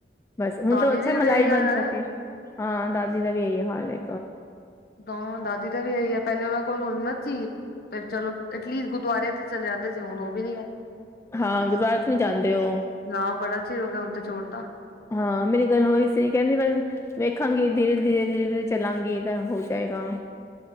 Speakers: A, on the left (about 15°); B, on the left (about 60°).
A: ਬਸ ਹੁਣ
B: ਦਾਦੀ
A: ਤੋਂ ਅੱਛਾ
B: ਦੀ ਵੀ
A: ਮਲਾਈ
B: ਇਹੀ ਹਾਲ
A: ਬੰਦ
B: ਹੈ
A: ਕਰਤੀ। ਹਾਂ ਦਾਦੀ ਦਾ ਵੀ ਏਹੀ ਹਾਲ ਏ।
B: ਦੌ ਦਾਦੀ ਦਾ ਵੀ ਏਈ ਐ ਪਹਿਲੇ ਉਨਾਂ ਕੋਲ ਹਿੰਮਤ ਸੀ ਫੇਰ ਚਲੋ ਐਟਲੀਸਟ ਗੁਰਦੁਆਰੇ 'ਤੇ ਚਲੇ ਜਾਂਦੇ ਸੀ ਹੁਣ ਓ ਵੀ ਨੀ ਐ।
A: ਹਾਂ ਗੁਰਦੁਆਰੇ 'ਤੇ ਨੀ ਜਾਂਦੇ ਓ।
B: ਨਾ ਬੜਾ ਚਿਰ ਹੋ ਗਿਆ ਹੁਣ 'ਤੇ ਛੋੜ ਤਾਂ।
A: ਹਾਂ ਮੇਰੀ ਗੱਲ ਹੋਈ ਸੀ ਕਹਿੰਦੀ ਬਸ ਵੇਖਾਂਗੀ ਧੀਰੇ-ਧੀਰੇ-ਧੀਰੇ-ਧੀਰੇ ਚੱਲਾਂਗੀ ਤਾਂ ਹੋ ਜਾਏਗਾ।